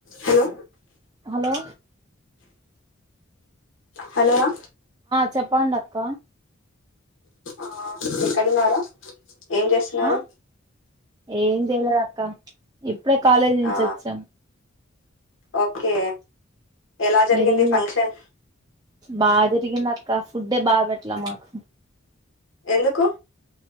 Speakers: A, on the left; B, on the right.
A: Hello
B: hello
A: హలోరా
B: చె పండక్క
A: ఆ ఎక్కడున్నారా ఏం చేస్తున్నారు
B: ఆ ఏం చేయలేదు అక్క ఇప్పుడే కాలేజీ నుంచి
A: ఆ
B: వచ్చాము
A: ఓకే ఎలా జరిగింది
B: మీరేం చేస్త
A: ఫంక్షన్
B: బాగా జరిగింది అక్క ఫుడ్డే బాగా పెట్టలా మాకు
A: ఎందుకు